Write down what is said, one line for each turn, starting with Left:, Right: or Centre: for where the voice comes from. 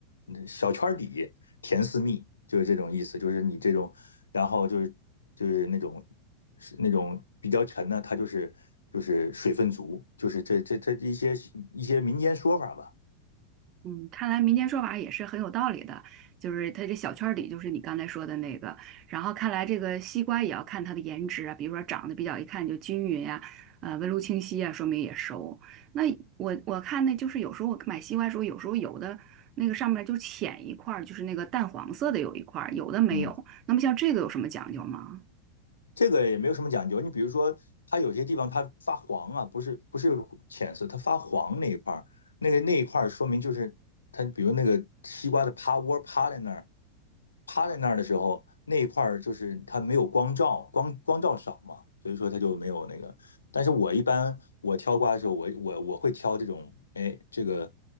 Left: 嗯小圈儿底甜似蜜，就是这种意思。就是你这种，然后就是就是那种是那种比较沉的，它就是就是水分足，就是这这这一些一些民间说法吧。
Right: 嗯，看来民间说法也是很有道理的，就是它这小圈儿里就是你刚才说的那个，然后看来这个西瓜也要看它的颜值啊，比如说长得比较一看就均匀呀、呃，纹路清晰啊，说明也熟。那我我看那就是有时候我买西瓜的时候，有时候有的那个上面就浅一块儿，就是那个淡黄色的有一块儿，有的没有。
Left: 嗯。
Right: 那么像这个有什么讲究吗？
Left: 这个也没有什么讲究。你比如说，它有些地方它发黄啊，不是不是浅色，它发黄那一块儿，那个那一块儿说明就是它，比如那个西瓜的趴窝趴在那儿，趴在那儿的时候，那一块儿就是它没有光照，光光照少嘛，所以说它就没有那个。但是我一般我挑瓜的时候，我我我会挑这种，哎，这个